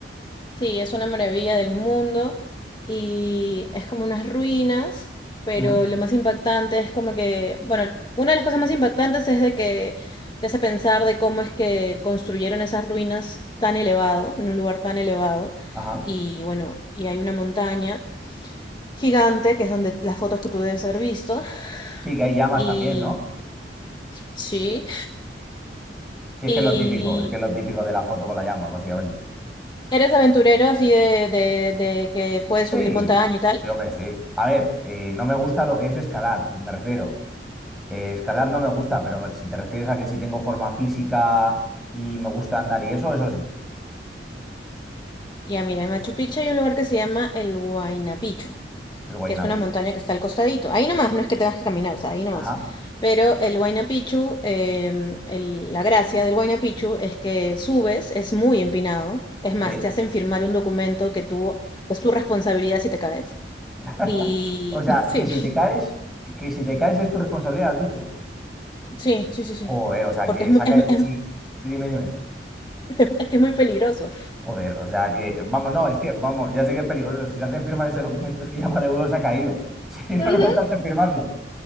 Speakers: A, on the left (about 25°); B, in the centre.
A: Sí, es una maravilla del mundo y es como unas ruinas, pero
B: Mm,
A: lo más impactante es como que, bueno, una de las cosas más impactantes es de que te hace pensar de cómo es que construyeron esas ruinas tan elevado, en un lugar tan elevado,
B: Ajá.
A: y bueno, y hay una montaña gigante, que es donde las fotos que tú debes haber visto,
B: Sí, que hay llamas
A: y
B: también, ¿no?
A: sí,
B: Sí, es
A: y
B: que es lo típico, es que es lo típico de la foto con la llama, básicamente.
A: eres aventurero así de, de, de que puedes
B: Sí,
A: subir montaña y tal.
B: sí, hombre, sí. A ver, eh, no me gusta lo que es escalar, me refiero. Eh, escalar no me gusta, pero me- si te refieres a que si tengo forma física y me gusta andar y eso, eso sí,
A: Ya, mira, en Machu Picchu hay un lugar que se llama el Huayna Picchu,
B: el Huayna
A: que es una
B: Picchu.
A: montaña que está al costadito. Ahí nomás, no es que tengas que caminar, o sea, ahí nomás.
B: Ajá,
A: Pero el Huayna Picchu, em, el- la gracia del Huayna Picchu es que subes, es muy empinado. Es más,
B: sí.
A: te hacen firmar un documento que tú, es tu responsabilidad si te caes.
B: <laughs>
A: Y
B: O sea,
A: <laughs> sí,
B: que si te caes, que si te caes es tu responsabilidad, has dicho.
A: sí, sí, sí, sí.
B: Joder, o sea,
A: Porque
B: que
A: es, mu-
B: saca...
A: es, es-
B: Sí, sí, dime, dime.
A: <laughs> es que es muy peligroso.
B: Joder, o sea que, vamos, no, es que, vamos, ya sé que es peligroso. Si te hacen firmar ese documento es que ya Maduro se ha caído. <laughs> Si no,
A: Ujú,
B: no te hacen firmarlo.